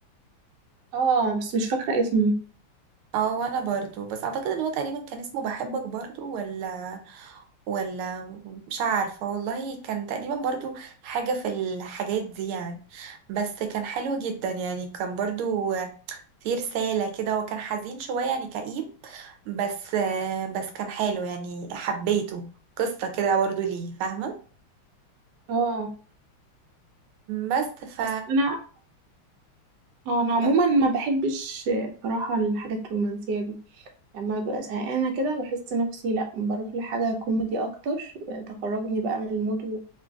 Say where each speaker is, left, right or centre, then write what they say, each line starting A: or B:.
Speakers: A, on the right; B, on the right.
A: اه بس مش فاكرة اسمه
B: اه وانا برضو بس اعتقد ان هو تقريبا كان اسمه بحبك برضو ولا ولا مش عارفة والله كان تقريبا برضو حاجة في الحاجات دي يعني بس كان حلو جدا يعني كان برضو في رسالة كده هو كان حزين شوية يعني كئيب بس بس كان حلو يعني حبيته قصة كده برضو ليه فاهمة
A: اه
B: بس ف
A: بس انا اه انا عموما
B: مم.
A: ما بحبش بصراحة الحاجات الرومانسية دي لما ببقى زهقانة كده بحس نفسي لا بروح لحاجة كوميدي اكتر تخرجني بقى من المود